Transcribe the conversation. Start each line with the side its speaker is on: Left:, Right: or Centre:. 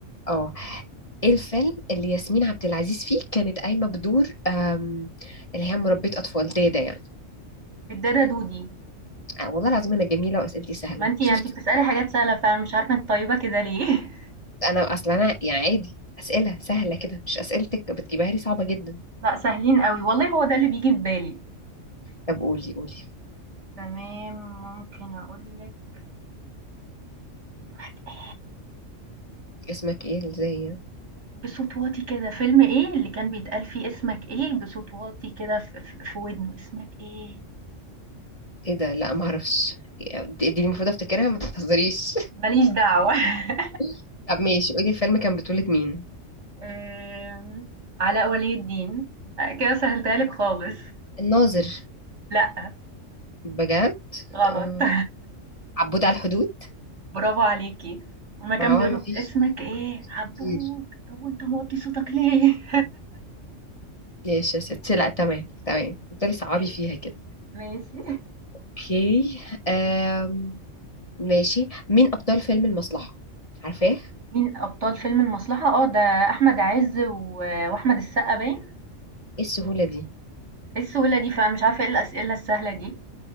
Left: اه ايه الفيلم اللي ياسمين عبد العزيز فيه كانت قايمة بدور أم... اللي هي مربية اطفال دادا يعني
Right: الدادا دودي
Left: آه والله العظيم انا جميلة واسئلتي سهلة
Right: ما انتي
Left: شفت
Right: يعني انتي بتسألي حاجات سهلة فانا مش عارفة انت طيبة كده ليه
Left: انا اصلا انا يعني عادي اسئلة سهلة كده مش اسئلتك بتجيبها لي صعبة جدا
Right: <laughs> لا سهلين قوي والله هو ده اللي بيجي في بالي
Left: طب قولي قولي
Right: تمام، ممكن أقول لِك اسمك إيه؟
Left: اسمك ايه ازاي يعني؟
Right: بصوت واطي كده، فيلم إيه اللي كان بيتقال فيه اسمك إيه بصوت واطي كده ف ف في ودنه، اسمك إيه؟
Left: ايه ده لا ما اعرفش دي دي المفروض افتكرها ما تهزريش
Right: ما ليش دعوة <laughs>
Left: <laughs> طب ماشي قولي الفيلم كان بطولة مين
Right: آمم، علاء ولي الدين، أ كده سهلتها لِك خالص،
Left: الناظر
Right: لأ،
Left: بجد
Right: غلط
Left: آه،
Right: <laughs>
Left: عبود على الحدود
Right: برافو عليكِ، أمّا كان
Left: ما هو
Right: بيقول
Left: مفيش
Right: له اسمك إيه؟
Left: مفيش
Right: عبود،
Left: كتير
Right: طب وأنت موطّي صوتك ليه؟
Left: ماشي يا ستي لا تمام تمام تفضلي صعبي
Right: <laughs> ماشي،
Left: فيها كده
Right: ماشي.
Left: اوكي آم، ماشي مين ابطال فيلم المصلحة عارفاه
Right: مين أبطال فيلم المصلحة؟ آه، ده أحمد عز و وأحمد السقا باين؟
Left: ايه السهولة دي
Right: إيه السهولة دي فعلًا مش عارفة إيه الأسئلة السهلة دي،